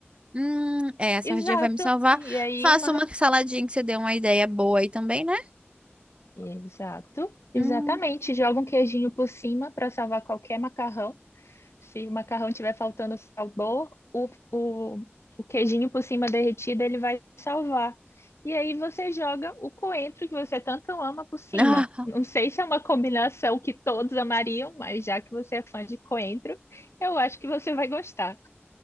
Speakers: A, on the right; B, on the left.
A: Hum, é, a sardinha
B: Exato.
A: vai me salvar.
B: E aí
A: Faça
B: uma.
A: uma saladinha que você deu uma ideia boa aí também, né?
B: Exato. Exatamente.
A: Hum. <laughs>
B: Joga um queijinho por cima para salvar qualquer macarrão. Se o macarrão tiver faltando sabor, o, o, o queijinho por cima derretido ele vai salvar. E aí você joga o coentro que você tanto ama por cima.
A: Ah,
B: Não sei se é uma combinação que todos amariam, mas já que você é fã de coentro, eu acho que você vai gostar.